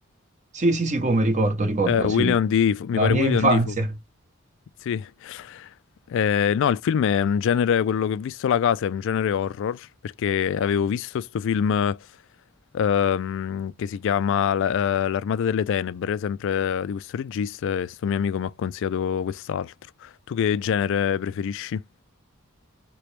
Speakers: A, on the right; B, on the left.
A: Sì, sì, sì, come ricordo, ricordo,
B: Eh, William
A: sì,
B: Defoe, mi
A: la
B: pare
A: mia
B: William
A: infanzia.
B: Defoe. Sì. Eh, no, il film è un genere, quello che ho visto La Casa è un genere horror, perché avevo visto sto film ehm, che si chiama La- eh, L'Armata delle Tenebre, sempre di questo regista, e sto mio amico mi ha consigliato quest'altro. Tu che genere preferisci?